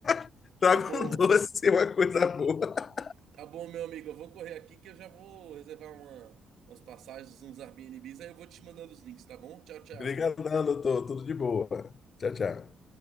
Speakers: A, on the left (about 45°); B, on the right (about 80°).
A: <laughs> Traga
B: tá bom.
A: um doce, uma coisa boa.
B: Tá bom, meu amigo. Eu vou correr aqui que eu já vou reservar uma, umas passagens, uns Airbnbs, aí eu vou te mandando os links, tá bom? Tchau, tchau.
A: Obrigadão, doutor. Tudo de boa. Tchau,
B: Valeu.
A: tchau.